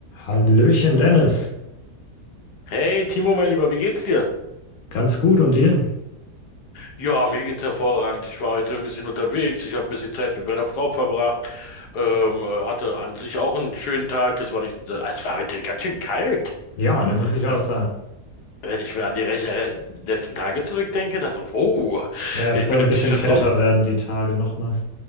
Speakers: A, on the left; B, on the left.
A: Hallöchen Dennis,
B: Hey Timo, mein Lieber, wie geht's dir?
A: ganz gut und dir?
B: Ja, mir geht's hervorragend. Ich war heute ein bisschen unterwegs. Ich habe ein bisschen Zeit mit meiner Frau verbracht. Ähm, äh, hatte an sich auch einen schönen Tag. Es war nicht, äh, es war heute ganz schön kalt.
A: Ja, ne, muss ich
B: Also,
A: auch sagen.
B: wenn ich mir an die recht- re- letzten Tage zurückdenke, dachte ich, wow,
A: Ja,
B: ich
A: es soll
B: bin
A: ein
B: im
A: bisschen
B: T-Shirt
A: kälter
B: raus.
A: werden die Tage nochmal.